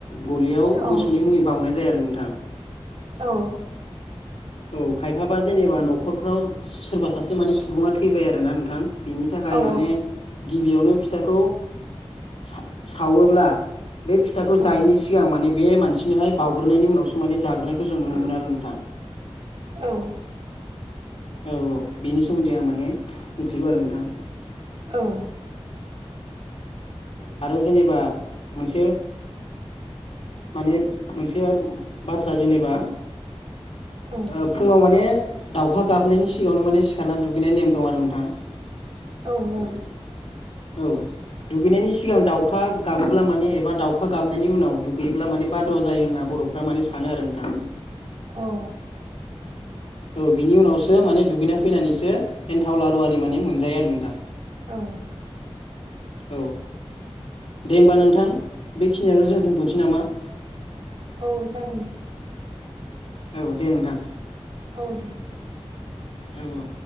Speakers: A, on the left; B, on the right.
A: गलियाव
B: औ
A: मोसौनि मुङै बावउनाय जाया आरो नोंथां।
B: औ
A: औ खायफाबा जेनेबा न'खरफ्राव सोरबा सासे माने सु बुङा थैबाय आरोना नोंथां बेनि थाखाय
B: औ
A: माने गिबियावनो फि थाखौ सा-सावोब्ला बे फिथाखौ
B: औ
A: जायिनि सिगां माने बे मानसिनोहाय बावउग्रोनायनि उनावसो माने जाग्रोनायखौ जों नुनो मोनो आरो नोंथां।
B: औ
A: औ औ बिनि सोमोन्दै आं माने मिथिगौ आरो नोंथां।
B: औ
A: आरो जेनेबा मोनसे माने मोनसे बाथ्रा जेनेबा
B: औ
A: ओ फुङाव माने दाउखा गाबनायनि सिगाङावनो माने सिखारना दुगैनाय नेम दं आरो नोंथां। <unintelligible>
B: औ
A: औ दुगैनायनि सिगां दाउखा गाबोब्ला माने एबा दाउखा गाबनायनि उनाव दुगैयोब्ला माने बाद'वा जायो होनना बर' फ्रा माने सानो आरो नोंथां।
B: औ
A: औ बिनि उनावसो माने दुगैना फैनानैसो एन्थाव लारु आरि माने मोनजायो आरो नोंथां।
B: औ
A: <inaudible> औ दे होमबा नोंथां बेखिनियावनो जों दोनथ'नोसै नामा? <inaudible>
B: औ जागोन दे
A: औ दे नोंथां।
B: औ दे।
A: औ औ।